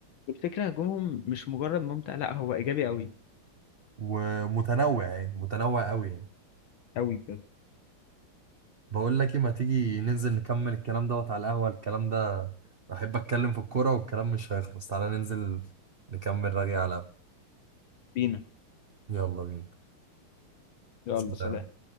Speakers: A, on the left; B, on the right.
A: والفكرة هجومهم مش مجرد ممتع لا هو إيجابي أوي
B: ومتنوع يعني متنوع قوي يعني
A: أوي بجد
B: بقول لك ايه ما تيجي ننزل نكمل الكلام دوت على القهوة الكلام ده احب اتكلم في الكورة والكلام مش هيخلص تعالى ننزل نكمل رغي على القهوة
A: بينا
B: يلا بينا
A: يلا
B: سلام.
A: سلام